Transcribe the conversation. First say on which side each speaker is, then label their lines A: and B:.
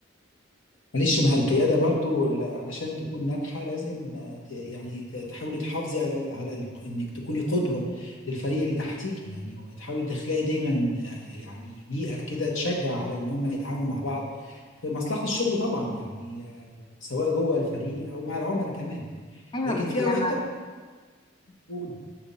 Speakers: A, on the left (about 75°); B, on the left (about 20°).
A: معلش ما هي القيادة برضو لا- علشان تكون ناجحة لازم آه، ت- يعني ت- تحاولي تحافظي على على ال- انك تكوني قدوة للفريق اللي تحتيكي يعني وتحاولي تخلقي دايما آه، يعني بيئة كده تشجع على ان هم يتعاونوا مع بعض في مصلحة الشغل طبعا يعني آه، سواء جوه الفريق او مع العملاء كمان
B: ايوه
A: لكن
B: بس
A: في اوقات
B: لما
A: طبعا